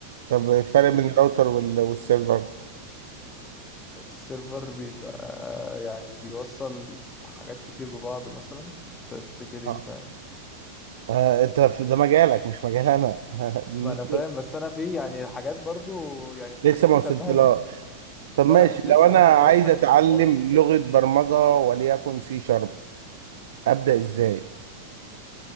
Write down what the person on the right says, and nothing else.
طب الفرق
بين الراوتر وال... والسيرفر
اه
آه، انت في ده مجالك مش مجال انا <laughs>
لسه
ما وصلتلهاش
طب
ماشي
لو
انا
عايز
اتعلم
لغة برمجة وليكن سي شارب ابدأ ازاي